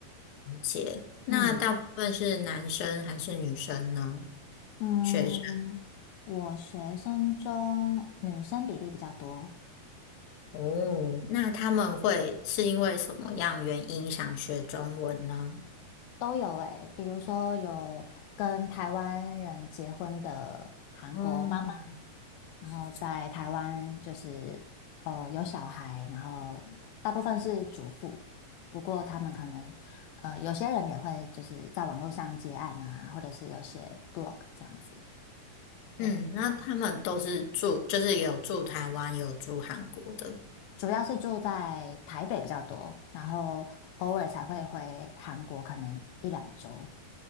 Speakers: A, on the left (about 65°); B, on the left (about 80°).
A: 解。那大部分是男生还是女生呢？
B: 嗯嗯，
A: 学生。
B: 我学生中女生比例比较多，
A: 哦，那他们会是因为什么样原因想学中文呢？
B: 都有诶，比如说有跟台湾人结婚的韩国妈妈，
A: 哦，
B: 然后在台湾就是呃有小孩，然后大部分是主妇，不过他们可能呃有些人也会就是在网络上接案啊，或者是有写 blog 这样子。对，
A: 嗯，那他们都是住，
B: 嗯，
A: 就是有住台湾，有住韩国的。
B: 主要是住在台北比较多，然后偶尔才会回韩国，可能一两周。